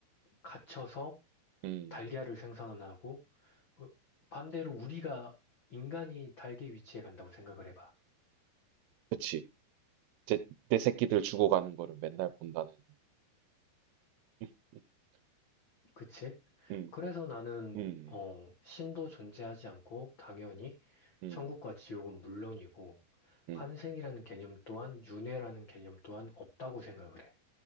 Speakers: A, on the left; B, on the right.
A: 갇혀서
B: 음,
A: 달걀을 생산을 하고 어, 반대로 우리가 인간이 달걀 위치에 간다고 생각을 해봐.
B: 그치. 제, 내 새끼들 죽어가는 거를 맨날 본다는. <laughs>
A: 그치?
B: 음,
A: 그래서 나는
B: 음,
A: 어, 신도 존재하지 않고 당연히
B: 음.
A: 천국과 지옥은 물론이고
B: 음.
A: 환생이라는 개념 또한 윤회라는 개념 또한 없다고 생각을 해.